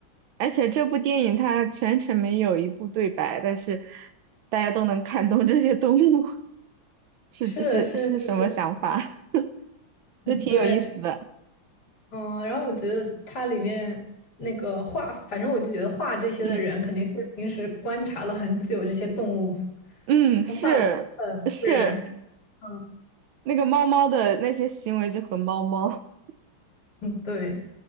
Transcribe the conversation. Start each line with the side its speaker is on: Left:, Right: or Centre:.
Right: 而且这部电影它全程没有一部对白，但是大家都能看懂这些动物 <laughs> 是是是什么想法，
Left: 是是是是，
Right: <laughs> 就挺有意思的。
Left: 对，嗯，然后我觉得它里面那个画，反正我就觉得画这些的人肯定是平时观察了很久这些动物，
Right: 嗯。嗯，
Left: 就画的很自然。
Right: 是是，
Left: 嗯，
Right: 那个猫猫的那些行为就和猫猫，
Left: 对，